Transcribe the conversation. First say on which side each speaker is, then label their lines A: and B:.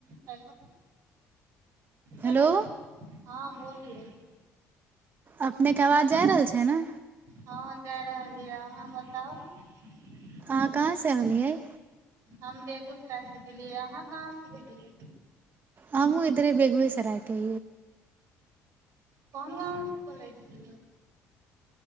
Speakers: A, on the right (about 65°); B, on the right (about 35°).
A: hello hello
B: हो
A: हँ बोलिए
B: अपने के आवाज जा रहल छी है ने
A: हँ जाय रहलियै अहाँ बताउ ह
B: अहाँ कहाँसँ एलियै
A: हम बेगूसराय से गेलियै अहाँ कहाँसँ गेलियै
B: हमू इरे बगबैसरके
A: कोन गाँव से बोलै छी